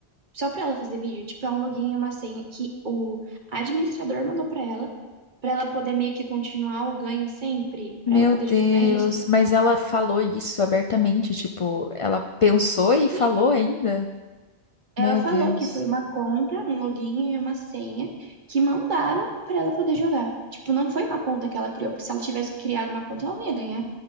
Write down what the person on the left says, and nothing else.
Meu
Deus,
mas ela falou isso abertamente, tipo, ela pensou e falou
ainda?
Meu
Deus.